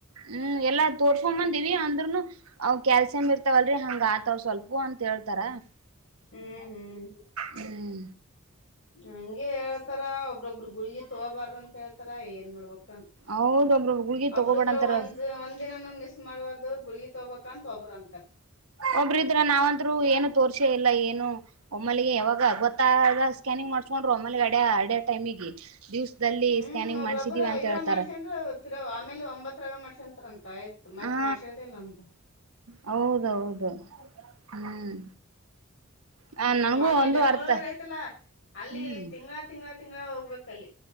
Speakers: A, on the right (about 85°); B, on the left (about 60°).
A: ಹ್ಮ್ ಎಲ್ಲಾ ತೋರ್ಕೊಂಡ್ ಬಂದಿವಿ ಆದ್ರೂನು ಅವ್ ಕ್ಯಾಲ್ಸಿಯಂ ಇರ್ತಾವಲ್ರರಿ ಹಂಗ ಆತವ ಸ್ವಲ್ಪ ಅಂತ ಹೇಳ್ತಾರ.
B: ಹ್ಮ್ ಹ್ಮ್
A: ಹ್ಮ್
B: ಹಂಗೆ ಹೇಳ್ತಾರ ಒಬ್ರೊಬ್ಬ್ರ ಗುಳಗಿ ತಗೋಬಾರ ಅಂತ ಹೇಳ್ತಾರ ಏನ್ ಮಾಡ್ಬೇಕ್
A: ಹೌದ ಒಬ್ರೊಬ್ರು
B: <unintelligible>
A: ಗುಳ್ಗಿ ತಗೋಬೇಡ ಅಂತಾರ
B: ಒಂದ್
A: ಅವ್ರು
B: ಒಂದಿನ ನು ಮಾಡಬಾರ್ದು ಗುಳ್ಗಿ ತಗೊಬೇಕು ಅಂತ ಒಬ್ರ ಅಂತರ್
A: ಒಬ್ರ ಇದ್ರ ನಾವಂದ್ರು ಏನು ತೋರ್ಸೆ ಇಲ್ಲ ಏನು ಒಮ್ಮಾಲಿಗೆ ಯಾವಾಗ ಗೊತ್ತಾದಾಗ ಸ್ಕ್ಯಾನಿಂಗ್ ಮಾಡ್ಸ್ಕೊಂಡ್ರು ಒಮ್ಮಾಲಿಗೆ ಅಡ ಅರಡೊ ಟೈಮಿಗೆ ದಿವ್ಸ ಲ್ಲಿ
B: ಹ್ಮ್
A: ಸ್ಕ್ಯಾನಿಂಗ್
B: ಒಬ್ರೊಬ್ರು
A: ಮಾಡ್ಸಿದಿವಿ ಅಂತ
B: ಐದರ
A: ಹೇಳ್ತಾರ.
B: <unintelligible> ಆಮೇಲೆ ಒಂಬತ್ರಾಗ ಮಾಡ್ಸಂತಾರ ಅಂತ <unintelligible> ಮತ್
A: ಹಾ
B: ಮಾಡ್ಸಡ್ದಲ್ಲ ಅಂತ್
A: ಹೌದೌದು ಹ್ಮ್. ಆ
B: ಹ್ಮ್
A: ನನಗೂ
B: ಅಲ್ಲಿ
A: ಒಂದು
B: ಬೆಂಗ್ಳೂರಲ್ಲಿ
A: ಅರ್ಥ
B: ಐ್ತಲ್ಲ ಅಲ್ಲಿ
A: ಹ್ಮ್
B: ತಿಂಗಳ ತಿಂಗಳ ತಿಂಗಳ ಹೋಗ್ಬೇಕಲ್ಲಿ.